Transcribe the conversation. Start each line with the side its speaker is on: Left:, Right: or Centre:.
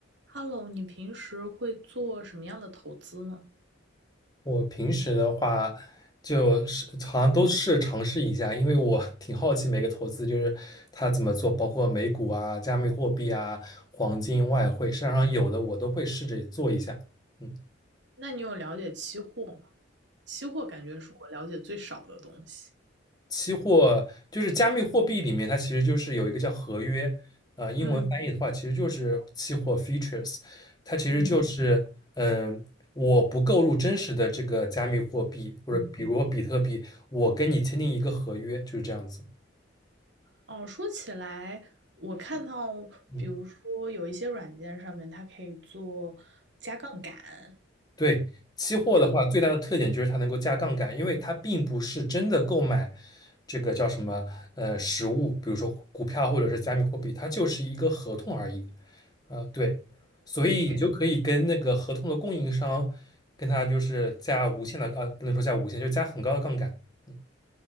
Right: Hello，你平时会做什么样的投资呢？
Left: 我平时的话，就是好像都是尝试一下，因为我 <laughs> 挺好奇每个投资就是它怎么做，包括美股啊、加密货币啊、黄金、外汇，市场上有的我都会试着做一下。嗯，
Right: 那你有了解期货吗？期货感觉是我了解最少的东西。
Left: 期货就是加密货币里面，它其实就是有一个叫合约，呃，英文翻译的话其实就是期货
Right: 嗯
Left: f e a t u r e s 它其实就嗯是嗯。
Right: 嗯
Left: 我不购入真实的这个加密货币，或者比如比特币，
Right: 嗯。
Left: 我跟你签订一个合约，就是这样子。
Right: 哦，说起来，我看到，
Left: 嗯
Right: 比如说有一些软件上面它可以做加杠杆，
Left: 对，期货的话，
Right: 就是
Left: 最大的特点就是它能够加杠杆，因为它并不是真的购买这个叫什么呃实物，比如说股票或者是加密货币，它就是一个合同而已。啊、对，所以你就可以跟那个合同的供应商，
Right: OK，
Left: 跟他就是加无限的，啊，不能说加无限，就加很高的杠杆。嗯，